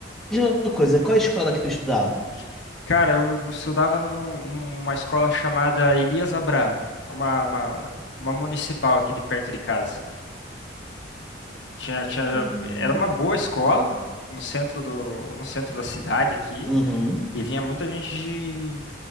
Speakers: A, in the centre; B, on the left.
A: diz uma coisa, qual a escola que tu estudava?
B: <laughs> Cara, eu estudava numa escola chamada Elias Abraão, uma, uma, uma municipal aqui de perto de casa. Tinha, tinha,
A: Hum,
B: era uma boa escola no centro do, no centro da cidade aqui.
A: Uhum.
B: E vinha muita gente